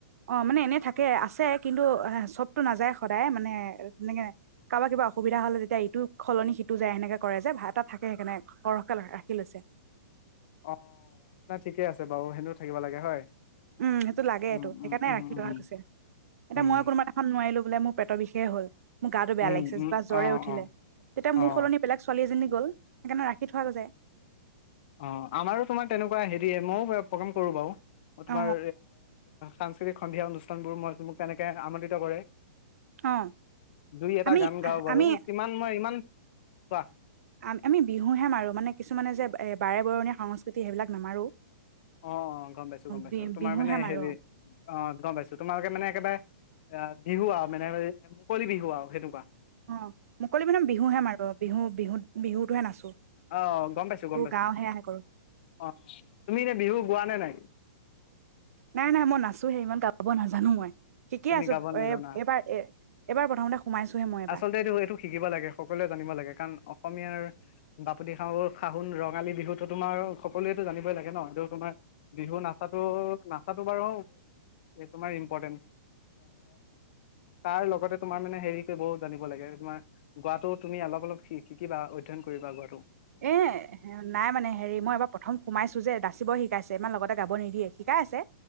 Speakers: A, on the right (about 65°); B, on the left (about 40°).
A: অ মানে এনে থাকে আছে কিন্তু চবতটো নাযায় সদায় মানে এনেকে কাৰোবা কিবা অসুবিধা হলে যেতিয়া ইটো সলনি সিটো যায় সেনেকে কৰে যে এটা থাকে সেইকাৰণে সৰহকে ৰাখি লৈছে
B: অ ন ঠিকেই আছে বাৰু সেও থাকিব লাগে হয়
A: উম সেইটো লাগে
B: উম
A: এইটো সেইকাৰণে
B: উম উম
A: ৰাখি
B: উম
A: থোৱা গৈছে এতিয়া
B: উম
A: ময়ো কোনোবা এখন নোৱাৰিলো বোলে মোৰ পেটৰ বিষ হল মোৰ গাটো বেয়া
B: উম
A: লাগিছে
B: উম
A: বা জ্বৰে
B: অ
A: উঠিলে
B: অ
A: তেতিয়া মোৰ
B: অ
A: সলনি বেলেগ ছোৱালী এজনী গল সেইকাৰণে ৰাখি থোৱা গজায়
B: অঁ আমাৰো তোমাৰ তেনেকুৱা হেৰি ময়ো প্ৰগ্ৰেম কৰোঁ বাৰু ম তোমাৰ
A: অ
B: সাংস্কৃতিক সন্ধিয়া অনুষ্ঠানবোৰ মই মোক তেনেকে আমন্ত্ৰিত কৰে
A: অ
B: দুই এটা
A: আমি
B: গান গাও বাৰু
A: আমি
B: ইতিমান মই ইমান কোৱা
A: আ আমি বিহুহে মাৰো মানে কিছুমানে যে এ বাৰে বৰণীয়া সংস্কৃতি সেইবিলাক নামাৰো
B: অ অ গম পাইছো গম পাইছো
A: বি
B: তোমাৰ
A: বিহুহে
B: মানে
A: মাৰো
B: হেৰি অ গম পাইছো তোমালোকে মানে একেবাৰে অ বিহু আও মানে মুকলি বিহু আও সনেকুৱা <unintelligible>
A: অ মুকলি মানে বিহুহে মাৰো বিহু বিহু বিহুতটোহে নাচো
B: অ গম পাইছো গম পাইছো
A: গাও সেয়াহে কৰো
B: অ তুমি এনে বিহু গোৱা নে নাই?
A: নাই নাই মই নাচোহে ইমান গা -ব নাজানো মই শিকি
B: তুমি
A: আছো
B: গাব নাজানা
A: এ এইবাৰ এ এবাৰ প্ৰথমতে সোমাইছোহে মই এবাৰ
B: আচলতে এইটো এইটো শিকিব লাগে সকলোৱে জানিব লাগে কাৰণ অ অসমীয়াৰ বাপতি সাহ সাহোন ৰঙালী বিহুতো তোমাৰ সকলোৱেতো জানিবই লাগে ন এই তোমাৰ বিহু নাচাটো নাচাটো বাৰু তোমাৰ ইম্পৰ্টেণ্ট তাৰ লগতে তোমাৰ মানে হেৰি বহু জানিব লাগে তোমাৰ গোৱাটো তুমি অলপ অলপ শি শিকিবা অধ্যয়ন কৰিবা গোৱাটো
A: এ নাই মানে হেৰি মই এবাৰ প্ৰথম সোমাইছো যে দাচিব শিকাইছে ইমান লগতে গাব নিদিয়ে শি- কাই আছে